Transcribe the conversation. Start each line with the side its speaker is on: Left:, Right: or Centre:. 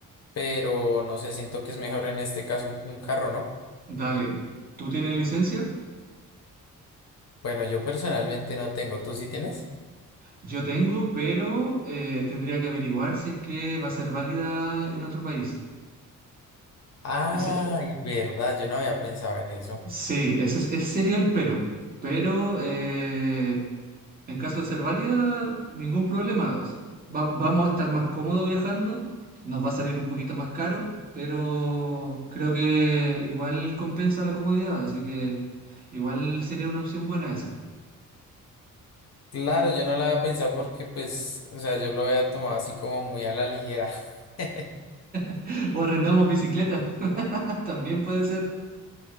Left: pero no sé, siento que es mejor en este caso un, un carro, ¿no?
Right: Dale, ¿tú tienes licencia?
Left: Bueno, yo personalmente no tengo, ¿tú sí tienes?
Right: Yo tengo, pero eh, tendría que averiguar si es que va a ser válida en otro país.
Left: Ay,
Right: Ese,
Left: verdad, yo no había pensado en eso.
Right: sí, ese, es- ese sería el pero. Pero eh, en caso de ser válida, ningún problema. O sea, va- vamos a estar más cómodos viajando, nos va a salir un poquito más caro, pero creo que igual compensa la comodidad, así que igual sería una opción buena esa.
Left: Claro, yo no lo había pensado porque pues, o sea, yo lo había tomado así como muy a la ligera. <laughs>
Right: <laughs> O arrendamos bicicleta, <laughs> también puede ser.